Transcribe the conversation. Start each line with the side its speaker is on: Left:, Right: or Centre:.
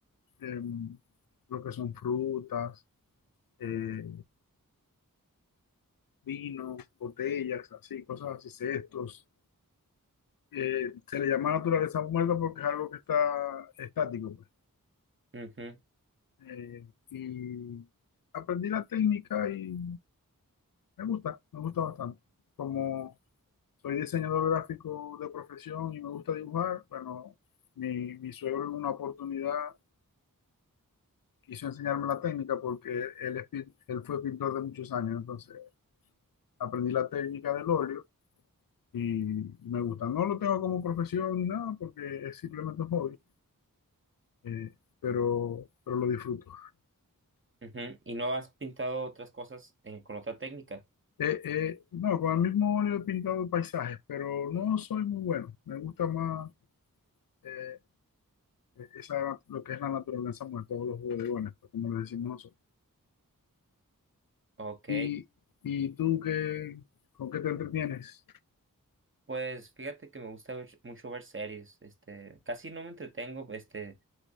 Left: em, lo que son frutas, eh, vino, botellas, así, cosas así, cestos. Eh, se le llama naturaleza muerta porque es algo que está estático, pues.
Right: Ujú,
Left: Eh, y aprendí la técnica y me gusta, me gusta bastante. Como soy diseñador gráfico de profesión y me gusta dibujar, bueno, mi, mi suegro en una oportunidad quiso enseñarme la técnica porque él, es pin- él fue pintor de muchos años, entonces aprendí la técnica del óleo y, me gusta. No lo tengo como profesión ni nada porque es simplemente un hobby, eh, pero, pero lo disfruto.
Right: ujú. ¿Y no has pintado otras cosas eh, con otra técnica?
Left: Eh, eh, no, con el mismo óleo he pintado paisajes, pero no soy muy bueno. Me gusta más eh, esa, lo que es la naturaleza muerta, todos los bodegones, pues, como le decimos nosotros.
Right: Ok,
Left: ¿Y, y tú qué, con qué te entretienes?
Right: pues fíjate que me gusta ver- mucho ver series, este, casi no me entretengo, este,